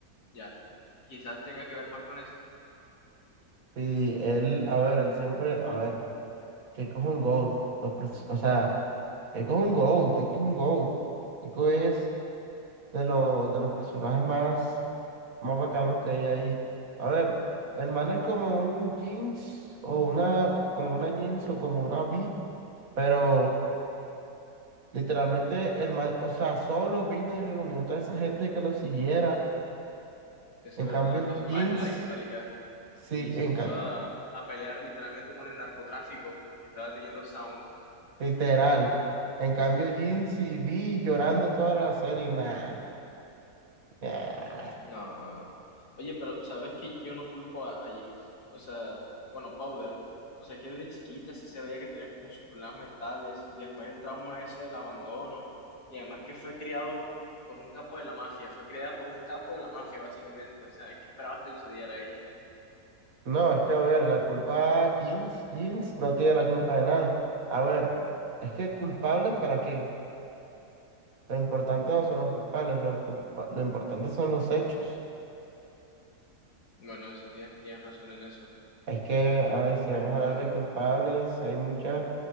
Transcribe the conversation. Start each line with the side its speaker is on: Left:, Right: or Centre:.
Left: Ya, quizás tenga que ver más con eso.
Right: Sí, él, a ver, él siempre, a ver, que coge un GOAT, los, pres- o sea, que coge un GOAT, que coge un GOAT. Eco es de, los de los personajes más, más bacanos que hay ahí. A ver, el man es como un jeans, o una, como una jeans, o como una V, pero literalmente el man, o sea, solo vino y reunió a toda esa gente que lo siguiera.
Left: Eso
Right: En
Left: es verdad.
Right: cambio,
Left: Los
Right: jeans,
Left: firelights, marica.
Right: sí,
Left: y se
Right: en,
Left: puso
Right: ca-
Left: a, a pelear literalmente con el narcotráfico que estaba teniendo Sound.
Right: Literal. En cambio, Jin, si vi llorando toda la serie, nah, nah.
Left: No. Oye, pero sabes que yo no culpo a, a Jinx. O sea, bueno, Powder. O sea, que desde chiquita sí se veía que tenía como sus problemas mentales y después el trauma ese del abandono. Y además que fue criado por un capo de la mafia, fue criada por un capo de la mafia, básicamente. O sea, ¿qué esperabas que sucediera ahí?
Right: No, es que a ver, la culpa Jeans, Jeans no tiene la culpa de nada. A ver, es que culpables para qué? Lo importante no son los culpables, lo, culpa- lo importante son los hechos.
Left: Bueno, eso tienes, tienes razón en eso.
Right: Es que, a ver, si
Left: Pero,
Right: vamos
Left: man,
Right: a hablar de culpables, hay muchas,